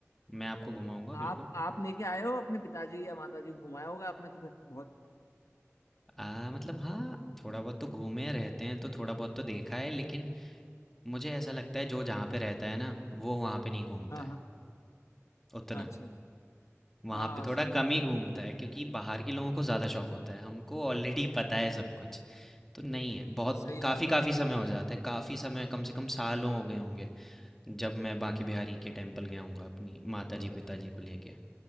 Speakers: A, in the centre; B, on the left.
A: मैं आपको घुमाऊँगा
B: आप
A: बिल्कुल।
B: आप लेके आए हो अपने पिताजी या माताजी को घुमाया होगा आपने तो फिर बहुत
A: अ, मतलब हाँ, थोड़ा बहुत तो घूमे रहते हैं तो थोड़ा बहुत तो देखा है लेकिन मुझे ऐसा लगता है जो जहाँ पे रहता है ना वो वहाँ पे नहीं घूमता
B: हाँ
A: है
B: हाँ
A: उतना
B: अच्छा अच्छा
A: वहाँ
B: हाँ हाँ,
A: पे थोड़ा
B: सही
A: कम
B: ये तो
A: ही घूमता
B: है
A: है क्योंकि बाहर के लोगों को ज़्यादा शौक होता है हमको ऑलरेडी <laughs> पता है सब कुछ तो नहीं है बहुत
B: सही
A: काफ़ी
B: बात
A: काफ़ी
B: है
A: समय हो जाता है काफ़ी समय कम से कम सालों हो गए होंगे जब मैं बांके बिहारी के टेम्पल गया हूँगा अपनी माता जी पिताजी को लेके